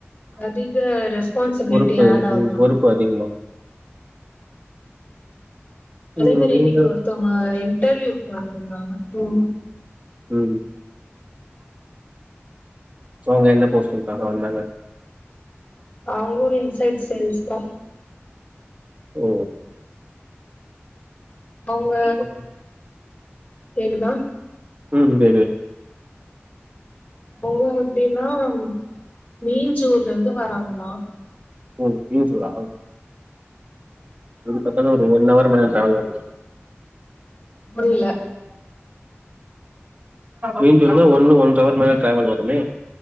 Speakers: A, on the left; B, on the right.
A: அதிக ரெஸ்பான்சிபிலிட்டி
B: பொறுப்பு
A: ஆட் ஆகலா
B: உம் பொறுப்பு அதிகமா
A: அதே
B: ம்
A: மாரி
B: நீங்க
A: இன்னைக்கு ஒருத்தவங்க இன்டர்வியூ வந் தாங்க உ
B: உம் அவங்க என்ன போஸ்டக்காக வந்தாங்க
A: அவங்கும் இன்சைட் சேல்ஸ் தான்
B: ஓ
A: அவங்க
B: அப்ப
A: கேக்குதா
B: உம் கேக்குது
A: அவங்க அப்படின்னா உம் மீஞ்சூர்ல இருந்து வராாங்களா
B: ம் நீ சொறா இது பாத்தானா ஒரு ஒன் அவஹவர் மேல டிராவல் பண்ண
A: புரியல
B: மீண்டும் இருந்தா ஒண்ணு ஒன்வர் மேல டிராவல் வருமே